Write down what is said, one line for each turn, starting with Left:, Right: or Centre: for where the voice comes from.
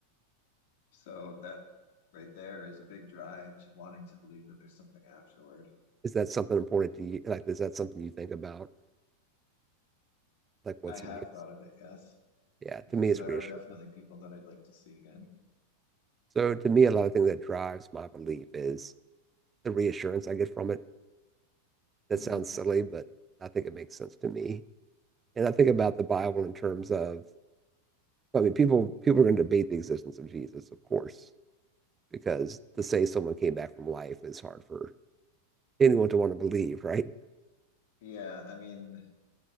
Left: So that right there is a big drive to wanting to believe that there's something afterward.
Right: is that something important to you? Like, is that something you think about? Like, what's
Left: I have
Right: next?
Left: thought of it, yes.
Right: Yeah,
Left: because
Right: to me, it's
Left: there
Right: reassuring.
Left: are definitely people that I'd like to see again.
Right: So to me, a lot of things that drives my belief is the reassurance I get from it. That
Left: Mhm.
Right: sounds silly, but I think it makes sense to me. And I think about the Bible in terms of, I mean, people people are going to debate the existence of Jesus, of course, because to say someone came back from life is hard for anyone to want to believe, <laughs> right?
Left: Yeah, I mean,